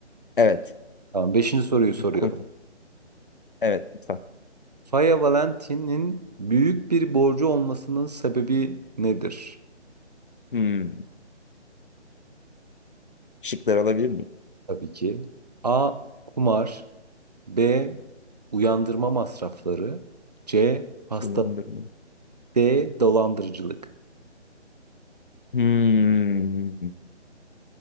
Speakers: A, on the left (about 50°); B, on the right (about 35°).
A: Evet.
B: Tamam beşinci soruyu soruyorum.
A: Kul- Evet lütfen.
B: Faya Valentin'in büyük bir borcu olmasının sebebi nedir?
A: Hmm. Şıkları alabilir miyim?
B: Tabii ki. A. Kumar. B. Uyandırma masrafları. C. hasta,
A: Uyandırma.
B: D. Dolandırıcılık.
A: Hmm.